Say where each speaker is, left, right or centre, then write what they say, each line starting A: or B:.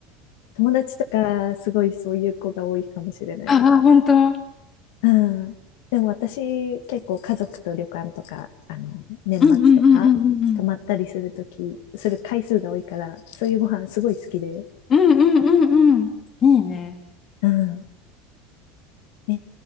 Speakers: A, on the left (about 75°); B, on the left (about 25°).
A: 友達とか、すごいそういう子が多いかもしれない。
B: ああ、本当。
A: うん。でも私、結構家族と旅館とか、あの、年末とか、
B: うんうんうんうんうんうん。
A: 泊まったりするとき、する回数が多いから、そういうご飯すごい好きで。
B: うんうんうんうん。いいね。
A: うん。え、